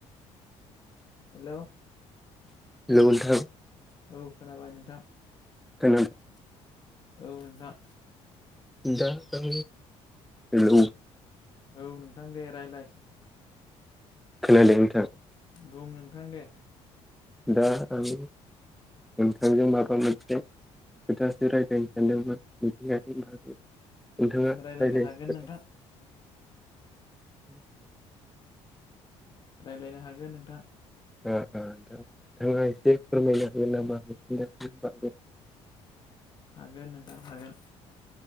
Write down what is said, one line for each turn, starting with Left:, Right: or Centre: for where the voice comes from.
Left: हेलौ
Centre: हेलौ नोंथां
Left: औ खोनाबाय नोंथां
Centre: खोनादों
Left: औ नोंथां
Centre: दा आं हेलौ
Left: औ नोंथां दे रायलाय
Centre: खोनादों नोंथां
Left: बुं नोंथां दे
Centre: दा आं नोंथांजों माबा मोनसे खोथासो रायज्लायनो सानदोंमोन मिथिंगानि बागै नोंथाङा
Left: रायलायनो
Centre: रायज्लायनो
Left: हागोन नोंथां
Centre: ओ
Left: रायलायनो हागोन नोंथां
Centre: ओ दा नोंथाङा एसे फोरमायनो हागोन नामा मिथिंगानि बागै?
Left: हागोन नोंथां हागोन